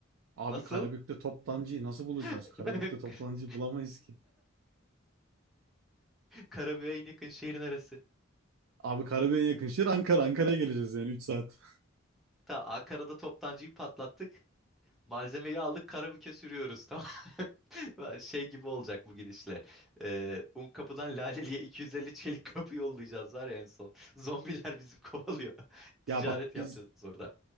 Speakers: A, on the right; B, in the centre.
A: abi
B: Nasıl?
A: Karabük'te toptancıyı nasıl bulacağız?
B: <laughs>
A: Karabük'te toplancı bulamayız ki.
B: Karabüğe en yakın şehrin arası.
A: Abi Karabük'e en yakın şehir Ankara. Ankara'ya geleceğiz yani 3 saat.
B: Ta Ankara'da toptancıyı patlattık. Malzemeyi aldık karabüke sürüyoruz tamam. <laughs> Ben Şey gibi olacak bu gidişle. Ee, un kapıdan Laleli'ye 250 çelik kapı yollayacağız var ya en son. Zombiler bizi <laughs> kovalıyor. Ticaret
A: Ya bak
B: yapacağız
A: biz
B: orada.